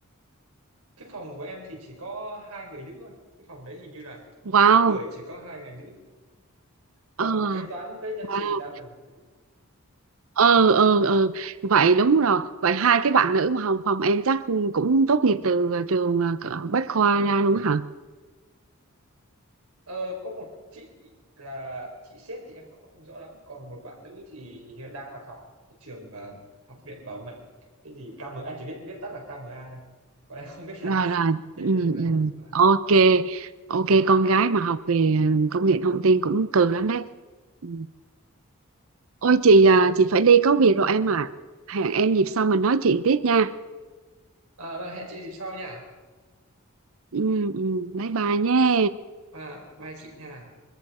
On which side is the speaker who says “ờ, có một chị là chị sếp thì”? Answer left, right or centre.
Right